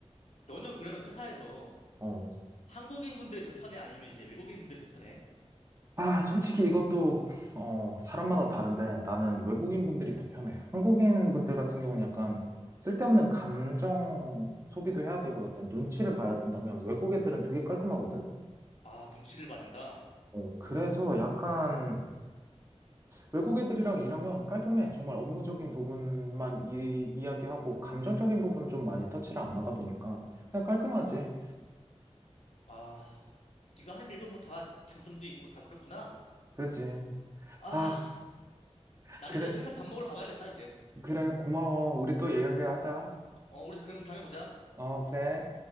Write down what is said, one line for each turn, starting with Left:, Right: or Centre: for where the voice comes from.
Left: 너는 그러면 회사에서
Right: 어.
Left: 한국인 분들이 더 편해? 아니면 이제 외국인 분들이 더 편해?
Right: 아, 솔직히 이것도, 어, 사람마다 다른데 나는 외국인 분들이 더 편해. 한국인 분들 같은 경우는 약간 쓸데없는 감정 소비도 해야 되고 약간 눈치를 봐야 된다면 외국 애들은 되게 깔끔하거든?
Left: 아, 눈치를 받는다.
Right: 어, 그래서 약간 외국 애들이랑 일하면 깔끔해. 정말 업무적인 부분만 이, 이야기하고 감정적인 부분 좀 많이 터치를 안 하다 보니까 그냥 깔끔하지.
Left: 아, 네가 하는 일도 뭐 다 장점도 있고 다 그렇구나.
Right: 그지.
Left: 아,
Right: 아,
Left: 나는
Right: 그래,
Left: 이제 슬슬 밥 먹으러 가봐야겠다, 이제.
Right: 그래, 고마워. 우리 또 얘기하자.
Left: 어, 우리 그럼 다음에 보자.
Right: 어, 그래.